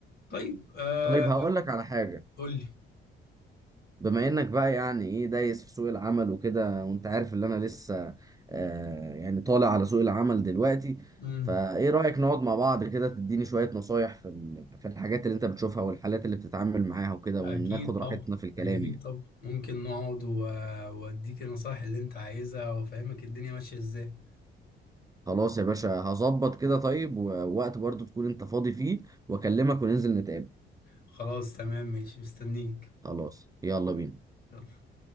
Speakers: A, on the left; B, on the right.
A: طيب آه
B: طيب هقول لك على حاجه
A: قول
B: بما انك بقى يعني ايه دايس في سوق العمل وكده وانت عارف ان انا لسه آه يعني طالع على سوق العمل دلوقتي
A: لي
B: فايه رأيك نقعد مع بعض كده تديني شوية نصايح في ال- في الحاجات اللي انت بتشوفها والحالات اللي بتتعامل معاها وكده
A: أكيد
B: وناخد راحتنا
A: طبعا
B: في الكلام
A: أكيد
B: يعني
A: طبعا ممكن نقعد و- وأديك النصايح اللي أنت عايزها وأفهمك الدنيا ماشية إزاي
B: خلاص يا باشا هظبط كده طيب ووقت برضو تكون انت فاضي فيه واكلمك وننزل نتقابل
A: خلاص تمام ماشي مستنيك
B: خلاص يلا بينا
A: يلا